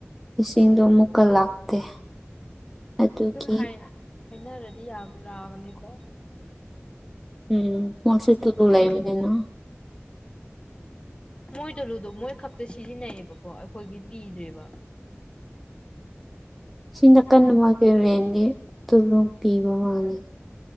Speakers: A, in the centre; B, on the left.
A: ꯏꯁꯤꯡꯗꯣ ꯑꯃꯨꯛꯀ ꯂꯥꯛꯇꯦ ꯑꯗꯨꯒꯤ
B: ꯑꯗꯨꯝ ꯍꯥꯏ ꯍꯥꯏꯅꯔꯗꯤ ꯌꯥꯕ ꯂꯥꯒꯅꯤꯀꯣ
A: ꯎꯝ <unintelligible>
B: ꯔꯦꯟ
A: ꯂꯩꯕꯅꯤꯅ
B: ꯃꯣꯏ ꯇꯂꯨꯗꯣ ꯃꯣꯏ ꯈꯛꯇ ꯁꯤꯖꯤꯟꯅꯩꯌꯦꯕꯀꯣ ꯑꯩꯈꯣꯏꯒꯤ ꯄꯤꯗ꯭ꯔꯦꯕ
A: ꯁꯤ ꯅꯥꯀꯟ ꯑꯃ ꯒꯤ ꯔꯦꯟꯗꯤ ꯇꯨꯂꯨ ꯄꯤꯕ ꯃꯜ ꯂꯦ